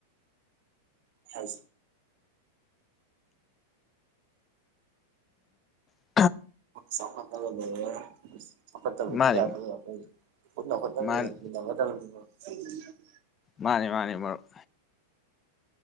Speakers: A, on the right; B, on the left.
A: ꯑ
B: ꯎꯝ
A: ꯆꯥꯏꯈꯠꯇꯕꯗꯤ
B: ꯃꯥꯅꯤ
A: ꯌꯥꯗ° ꯄꯨꯟꯅꯥ ꯍꯣꯠꯅ
B: ꯃꯥꯅꯤ
A: ꯃꯤꯅꯒꯗꯕꯅꯤ ꯃꯔꯨꯞ <unintelligible>
B: ꯃꯥꯅꯤ ꯃꯥꯅꯤ ꯃꯔꯨꯞ